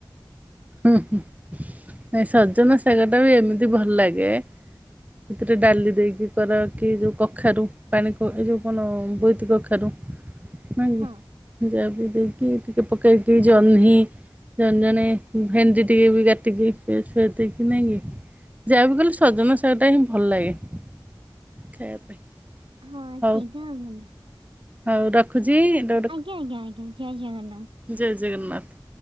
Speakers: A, on the right; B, on the right.
A: ଉ ହୁଁ ନାଇ ସଜନା ଶାଗଟା ବି ଏମିତି ଭଲ ଲାଗେ। ସେଥିରେ ଡାଲି ଦେଇକି କର କି ଯଉ କଖାରୁ ପାଣି କ ଏ ଯଉ କଣ ବୋଇତି କଖାରୁ? ନା
B: ହଁ
A: କି ଯାଆବି ଦେଇକି ଟିକେ ପକେଇକି ଜହ୍ନି ଜଣେ ଜଣେ ଭେଣ୍ଡି ଟିକେବି କାଟିକି ପିଆଜ ଫିଆଜ ଦେଇକି ନାକି ଯାଆବି କଲେ ସଜନା ଶାଗଟାହିଁ ଭଲ ଲାଗେ ଖାଇବା ପାଇଁ।
B: ହଁ
A: ହଉ
B: ସେଇଟା ଭଲ।
A: ହଉ ରଖୁଚି ର
B: ଆଜ୍ଞା ଆଜ୍ଞା ଆଜ୍ଞା ଜୟ ଜଗନ୍ନାଥ।
A: ଜୟ ଜଗନ୍ନାଥ।